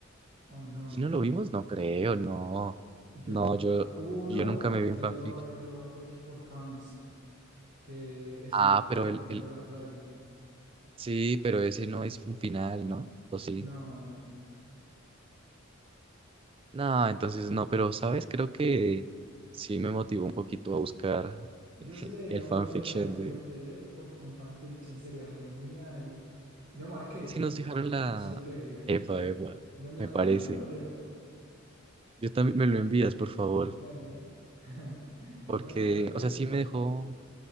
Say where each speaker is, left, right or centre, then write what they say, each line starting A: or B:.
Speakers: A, on the right; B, on the right.
A: o no.
B: Si no lo vimos, no creo, no.
A: Yo,
B: No, yo,
A: ah, hubo un
B: yo
A: OVA,
B: nunca me vi
A: el
B: un fanfiction.
A: OVA, el OVA fue hecho por fans, que es
B: Ah,
A: el,
B: pero
A: el capítulo
B: el, el,
A: de la playa.
B: sí, pero ese no es un final, ¿no? ¿O sí?
A: No, no.
B: No, entonces no, pero sabes, creo que sí me motivó un poquito a buscar
A: Yo
B: <laughs>
A: sí leería
B: el
A: uno
B: fanfiction
A: de High School
B: de...
A: of the Dead. Uf, un fanfiction sería genial. Lo marqué,
B: Es que sí nos dejaron la...
A: porque sí lo leería.
B: Epa, epa,
A: Donde
B: me
A: lo encuentro,
B: parece.
A: lo leo.
B: Yo también me lo envías, por favor.
A: Dale, dale. <laughs>
B: Porque,
A: Voy a tratar de
B: o
A: buscar.
B: sea, sí me dejó,